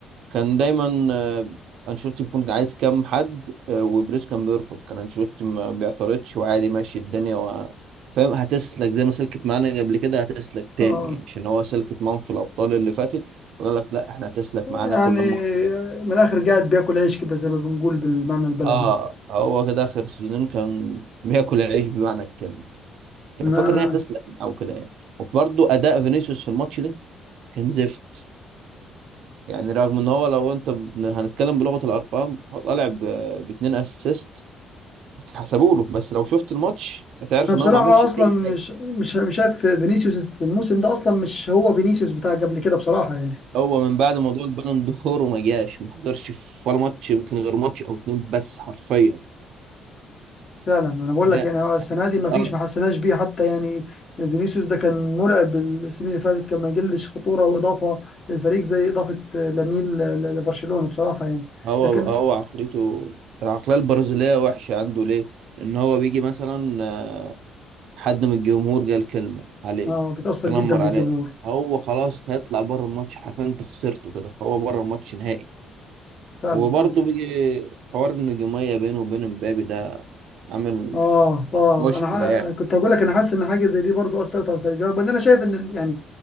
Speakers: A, on the right; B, on the left.
A: كان دايما آه، انشيلوتي بيكون عايز كام حد آه، وبريز كان بيرفض كان انشيلوتي ما بيعترضش وعادي ماشي الدنيا و... فاهم هتسلك زي ما سلكت معانا قبل كده هتسلك تاني
B: اه
A: يعني عشان هو سلكت معاهم في الابطال اللي فاتت وقال لك لا احنا هتسلك
B: يعني
A: معانا كل مره كده
B: من الاخر قاعد بياكل عيش كده زي ما بنقول بالمعنى البلدي
A: اه هو كده اخر سيزونين كان بياكل العيش بمعنى الكلمه كان
B: ما
A: فاكر ان هي هتسلك او كده يعني وبرضه اداء فينيسيوس في الماتش ده كان زفت يعني رغم ان هو لو انت ب- هنتكلم بلغه الارقام هو طالع ب- باتنين اسيست حسبوا له بس لو شفت الماتش هتعرف
B: انا
A: ان
B: بصراحه
A: هو ما عملش
B: اصلا
A: اي
B: مش
A: حاجه
B: مش مش شايف فينيسيوس الموسم ده اصلا مش هو فينيسيوس بتاع قبل كده بصراحه يعني
A: هو من بعد موضوع البالون دور وما جاش ما حضرش في ولا ماتش يمكن غير ماتش او اتنين بس حرفيا
B: فعلا انا بقول
A: هي
B: لك يعني هو السنه
A: هي
B: دي
A: كده
B: ما فيش
A: اه
B: ما حسيناش بيه حتى يعني فينيسيوس ده كان مرعب السنين اللي فاتت كان ما يجلش خطوره واضافه للفريق زي اضافه آه، لامين ل- ل- لبرشلونه بصراحه يعني
A: هو
B: لكن
A: هو عقليته العقليه البرازيليه وحشه عنده ليه؟ ان هو بيجي مثلا آه، حد من الجمهور قال كلمه عليه
B: اه بيتاثر
A: تنمر
B: جدا بالجمهور
A: عليه هو خلاص هيطلع بره الماتش حرفيا انت خسرته كده فهو بره الماتش نهائي
B: فعلا
A: وبرضه
B: فعلا
A: بيجي حوار النجوميه بينه وبين امبابي ده عامل
B: اه اه
A: مشكله
B: انا ح- أنا
A: يعني
B: كنت هقول لك انا حاسس ان حاجه زي دي برضو اثرت على الفريق رغم ان انا شايف ان ال- يعني